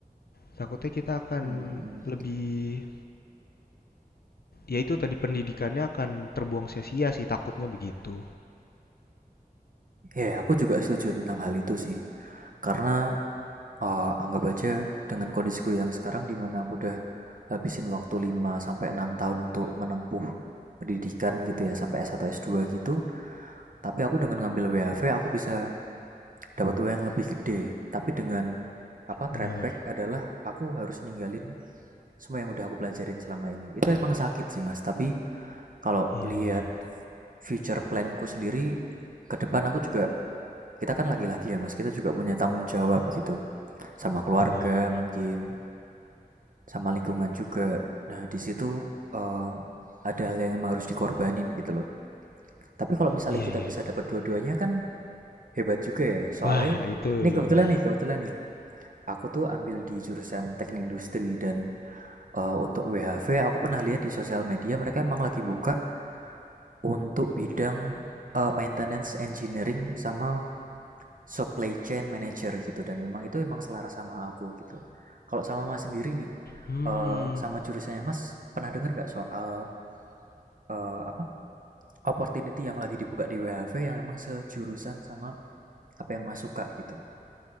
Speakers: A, on the left; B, on the right.
A: Takutnya kita akan
B: Mhm mhm.
A: lebih ya itu tadi pendidikannya akan terbuang sia-sia sih takutnya begitu.
B: Ya, yeah, aku juga setuju tentang hal itu sih. Karena, eee, anggap aja dengan kondisiku yang sekarang di mana aku udah habisin waktu 5 sampai 6 tahun untuk menempuh pendidikan gitu ya sampai s satu s dua gitu, tapi aku dengan ngambil WHV aku bisa dapat uang yang lebih gede tapi dengan apa
A: Bener.
B: trade back adalah aku harus ninggalin semua yang udah aku pelajarin selama ini itu emang sakit sih mas tapi kalau
A: Iya iya
B: lihat
A: iya.
B: future planku sendiri ke depan aku juga kita kan laki-laki ya mas kita juga punya tanggung jawab gitu sama keluarga
A: bener.
B: mungkin sama lingkungan juga nah di situ eh, ada hal yang emang harus dikorbanin gitu loh tapi kalau misalnya
A: Iya
B: kita
A: iya.
B: bisa
A: iya.
B: dapat dua-duanya kan hebat juga ya soalnya
A: Wah itu
B: nih
A: lebih.
B: kebetulan nih kebetulan nih Aku tuh ambil di jurusan teknik industri dan eh, untuk WHV aku pernah lihat di sosial media mereka emang lagi buka untuk bidang eh, maintenance engineering sama supply chain manager gitu dan emang itu emang selaras sama aku gitu. Kalau sama Mas sendiri nih,
A: Hmm.
B: eh, sama jurusannya Mas pernah dengar nggak soal eh, apa opportunity yang lagi dibuka di WHV yang emang sejurusan sama apa yang Mas suka gitu?